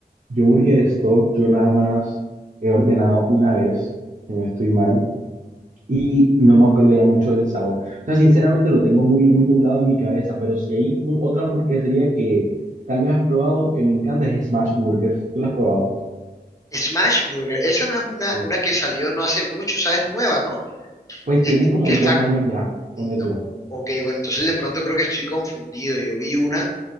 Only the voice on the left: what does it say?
Smash Burger, esa no es una,
una que salió no hace mucho, o sea, es nueva, ¿no?
Es-
que
está...
No, ok, bueno, entonces de pronto creo que estoy confundido. Yo vi una,